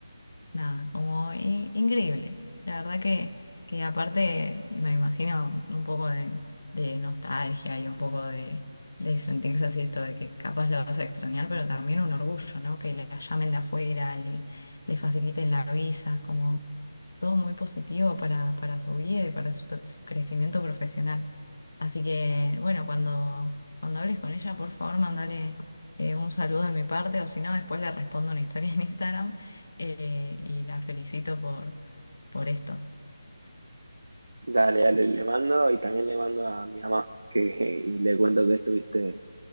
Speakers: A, on the left (about 65°); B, on the right (about 75°).
A: nada, como i- increíble. La verdad que, que aparte me imagino un poco de, de nostalgia y un poco de, de sentirse así esto de que capaz lo vas a extrañar, pero también un orgullo, ¿no? Que la llamen de afuera, le, le faciliten la visa, como todo muy positivo para, para su vida y para su to- crecimiento profesional. Así que, bueno, cuando, cuando hables con ella, por favor, mandale eh, un saludo de mi parte, o si no, después le respondo una historia en Instagram eh, y la felicito por, por esto.
B: Dale, dale, le mando y también le mando a mi mamá que, <laughs> y le cuento que estuviste